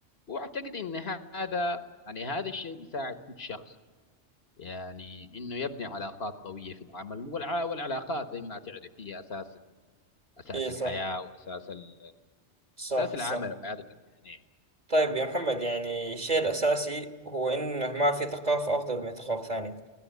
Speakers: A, on the left (about 60°); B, on the right (about 40°).
A: واعتقد ان هذا يعني هذا الشيء بيساعد كل شخص يعني انه يبني علاقات قويه في العمل والع... والعلاقات زي ما تعرف هي اساس اساس
B: اي
A: الحياه
B: صح
A: واساس ال...
B: صح
A: اساس العمل
B: صح
A: وحياتك المهنيه
B: طيب يا محمد يعني الشيء الأساسي هو إنه ما في ثقافة أفضل من ثقافة ثانية